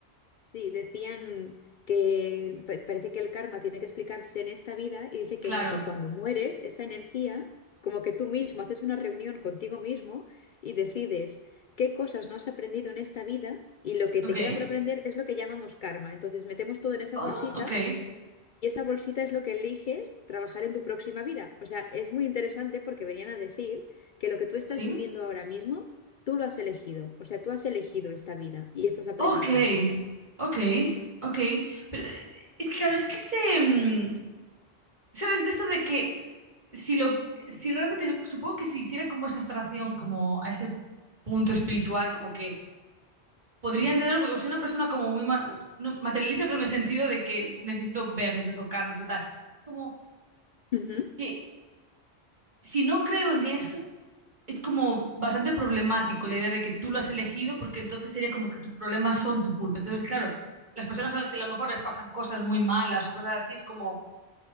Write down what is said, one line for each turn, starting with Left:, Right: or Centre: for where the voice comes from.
Left: Sí, decían que pa- parece que el karma tiene que explicarse en esta vida y dice
Right: claro.
Left: que no, que cuando mueres, esa energía, como que tú mismo haces una reunión contigo mismo y decides qué cosas no has aprendido en esta vida y lo que
Right: Ok.
Left: te queda por aprender es lo que llamamos karma. Entonces metemos todo en esa
Right: Oh,
Left: bolsita
Right: ok.
Left: y esa bolsita es lo que eliges trabajar en tu próxima vida. O sea, es muy interesante porque venían a decir que lo que tú estás
Right: Sí.
Left: viviendo ahora mismo, tú lo has elegido. O sea, tú has elegido esta vida y estos aprendizajes.
Right: Ok. Ok. Ok. Pero eh, es que, claro, es que se, mm, ¿Sabes? De esto de que si lo, si realmente, supongo que si hiciera como esa abstracción, como a ese punto espiritual, como que podría entenderlo, porque soy una persona como muy ma- no, materialista, pero en el sentido de que necesito ver, necesito tocar, necesito tal. Como
Left: Ujú.
Right: que si no creo en eso, es como bastante problemático la idea de que tú lo has elegido, porque entonces sería como que tus problemas son tu culpa. Entonces, claro, las personas a las que a lo mejor les pasan cosas muy malas o cosas así, es como